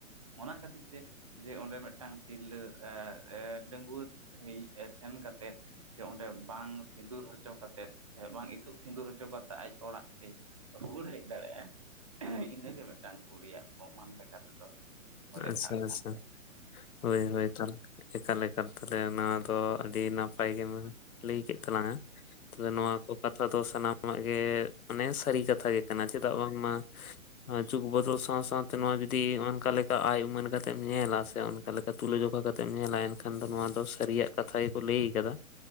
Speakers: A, on the right; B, on the left.
A: ᱚᱱᱟ ᱠᱷᱟᱹᱛᱤᱨ ᱛᱮ ᱡᱮ ᱚᱸᱰᱮ ᱢᱮᱫᱴᱟᱝ ᱛᱤᱨᱞᱟᱹ ᱮ-ᱮ ᱰᱟᱺᱜᱩᱣᱟᱹ ᱦᱤᱡ <inaudible> ᱥᱮᱱ ᱠᱟᱛᱮᱫ ᱡᱮ ᱚᱸᱰᱮ ᱵᱟᱝ ᱥᱤᱸᱫᱩᱨ ᱦᱚᱪᱚ ᱠᱟᱛᱮᱫ ᱥᱮ ᱵᱟᱝ ᱤᱛᱩᱫ ᱥᱤᱸᱫᱩᱨ ᱦᱚᱪᱚ ᱠᱟᱛᱮᱫ ᱟᱡ ᱚᱲᱟᱜ ᱛᱮ ᱨᱩᱣᱟᱹᱲ ᱦᱮᱡ ᱫᱟᱲᱮᱜ-ᱟ, ᱤᱱᱟᱹᱜᱮ ᱢᱤᱫᱴᱟᱝ ᱠᱩᱲᱤᱭᱟᱜ ᱯᱨᱚᱢᱟᱱ ᱞᱮᱠᱟ ᱛᱮ ᱫᱚ᱾ ᱠᱚ ᱞᱮᱠᱷᱟᱜ
B: ᱟᱪᱪᱷᱟ
A: ᱠᱟᱱ
B: ᱟᱪᱪᱷᱟ
A: ᱛᱟᱦᱮᱫ᱾
B: ᱦᱳᱭ ᱦᱳᱭ ᱛᱟᱦᱞᱮ ᱮᱠᱟᱞ ᱮᱠᱟᱞ ᱛᱟᱦᱞᱮ ᱱᱚᱣᱟ ᱫᱚ ᱟᱹᱰᱤ ᱱᱟᱯᱟᱭ ᱜᱮ ᱢᱮᱱᱮᱜ-ᱟ ᱾ ᱞᱟᱹᱭ ᱠᱮᱫ ᱛᱟᱞᱟᱝᱟ᱾ ᱛᱚᱵᱮ ᱱᱚᱣᱟ ᱠᱚ ᱠᱟᱛᱷᱟ ᱫᱚ ᱥᱟᱱᱟᱢᱟᱜ ᱜᱮ ᱢᱟᱱᱮ ᱥᱟᱹᱨᱤ ᱠᱟᱛᱷᱟ ᱜᱮ ᱠᱟᱱᱟ ᱪᱮᱫᱟᱜ ᱵᱟᱝᱢᱟ ᱡᱩᱜᱽ ᱵᱚᱫᱚᱞ ᱥᱟᱶ ᱥᱟᱶᱛᱮ ᱱᱚᱣᱟ ᱡᱩᱫᱤ ᱚᱱᱠᱟ ᱞᱮ ᱠᱟ ᱟᱭ ᱩᱢᱟᱹᱱ ᱠᱟᱛᱮ ᱮᱢ ᱧᱮᱞᱟ ᱥᱮ ᱚᱱᱠᱟ ᱞᱮᱠᱟ ᱛᱩᱞᱟᱹᱡᱚᱠᱷᱟ ᱠᱟᱛᱮ ᱮᱢ ᱧᱮᱞᱟ ᱮᱱᱠᱷᱟᱱ ᱫᱚ ᱱᱚᱣᱟ ᱫᱚ ᱥᱟᱹᱨᱤᱭᱟᱜ ᱠᱟᱛᱷᱟ ᱜᱮ ᱠᱚ ᱞᱟᱹᱭ ᱟᱠᱟᱫᱟ᱾